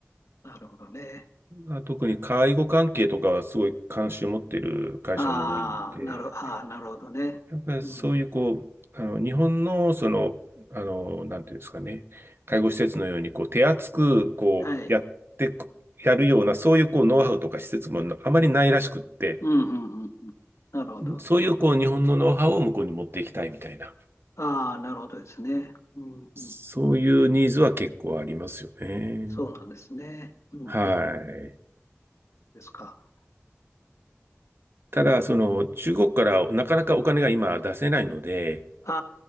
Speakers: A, on the left; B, on the right.
A: なるほどね。
B: まあ、特に介護関係とかはすごい関心を持っている会社も多いんで、
A: ああ、なる、ああ、なるほどね。
B: やっぱりそういうこう、
A: うん、
B: あの日本のその、あの、なんていうんですかね、介護施設のようにこう手厚くこうやってく、
A: はい。
B: やるような、そういうこうノウハウとか施設もあまりないらしくって、
A: うん、うん、うん。うんなるほど。
B: そういうこう日本のノウハウを向こうに持っていきたいみたいな、
A: ああ、なるほどですね。うん、
B: そういうニーズは結構ありますよね。
A: うん。そうなんですね。うん、
B: は
A: うん
B: い。
A: ですか。
B: ただ、
A: うん。
B: その中国からなかなかお金が今出せないので、
A: あ